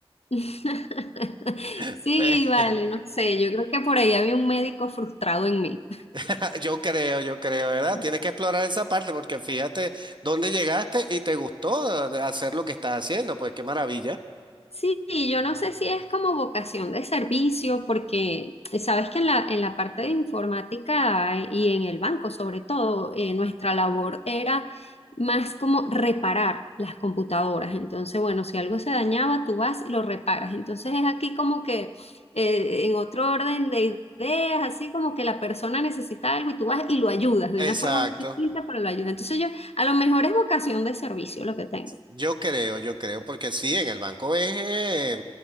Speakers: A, on the left; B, on the right.
A: <laughs> Sí,
B: <laughs> Pe-
A: vale, no sé, yo creo que por ahí había un médico frustrado en mí.
B: <laughs> Yo creo, yo creo, ¿verdad?
A: <laughs>
B: Tienes que explorar esa parte porque fíjate dónde llegaste y te gustó eh, hacer lo que estás haciendo, pues qué maravilla.
A: Sí, yo no sé si es como vocación de servicio, porque sabes que en la, en la parte de informática eh, y en el banco sobre todo, eh, nuestra labor era más como reparar las computadoras. Entonces, bueno, si algo se dañaba, tú vas y lo reparas. Entonces es aquí como que eh, en otro orden de ideas, así como que la persona necesita algo y tú vas y lo ayudas de
B: Exacto,
A: una forma muy distinta, pero lo ayudas. Entonces yo, a lo mejor es vocación de servicio lo que tengo.
B: yo creo, yo creo, porque sí, en el banco es eh,